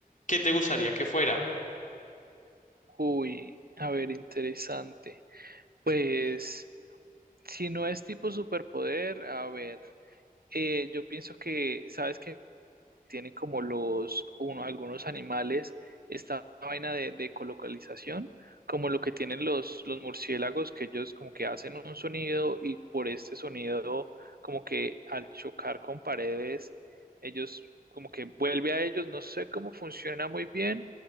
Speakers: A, on the left; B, on the right.
A: ¿qué te gustaría que fuera?
B: Uy, a ver, interesante. Pues, si no es tipo superpoder, a ver, eh, yo pienso que, ¿sabes qué? tienen como los, uno, algunos animales, esta vaina de, de colocalización, como lo que tienen los, los murciélagos, que ellos como que hacen un sonido y por este sonido, como que al chocar con paredes, ellos como que vuelve a ellos, no sé cómo funciona muy bien,